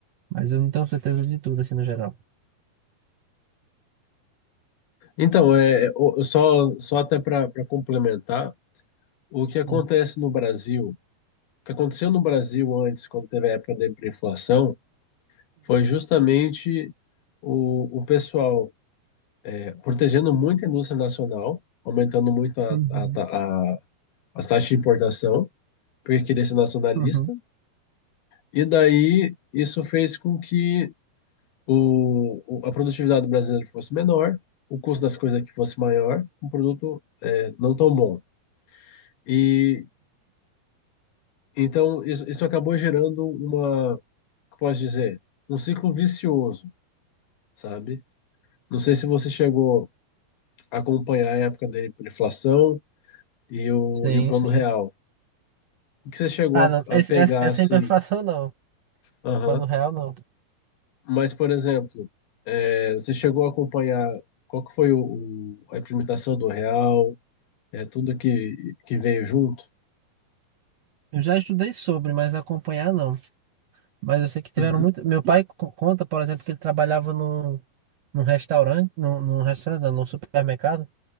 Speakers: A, on the right (about 60°); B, on the left (about 85°).
A: mas eu não tenho certeza de tudo, assim, no geral.
B: Então, é, o- só, só até para complementar, o que acontece
A: Uhum,
B: no Brasil, o que aconteceu no Brasil antes, quando teve a época da hiperinflação, foi justamente o, o pessoal É, protegendo muito a indústria nacional, aumentando muito a,
A: uhum,
B: a, ta- a- as taxas de importação, porque queria ser nacionalista.
A: uhum.
B: E daí isso fez com que o, o- a produtividade do brasileiro fosse menor, o custo das coisas aqui fosse maior, um produto é, não tão bom. E então isso, isso acabou gerando uma, como posso dizer, um ciclo vicioso, sabe? Não sei se você chegou a acompanhar a época da inflação e o,
A: Sim,
B: e o plano
A: sim.
B: real. que você chegou
A: Ah, não,
B: a,
A: esse-
B: a pegar
A: essa essa
B: assim.
A: é a imperfeição, não.
B: Aham.
A: Plano real, não.
B: Mas, por exemplo, é, você chegou a acompanhar qual que foi o, o- a implementação do real, é, tudo que, que veio junto?
A: Eu já estudei sobre, mas acompanhar, não. Mas eu sei que tiveram
B: Uhum.
A: muito. Meu pai co- conta, por exemplo, que ele trabalhava num, num restaurante, num, num restaurante, não, num supermercado.